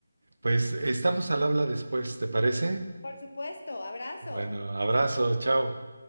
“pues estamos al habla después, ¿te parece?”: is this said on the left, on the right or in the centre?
Right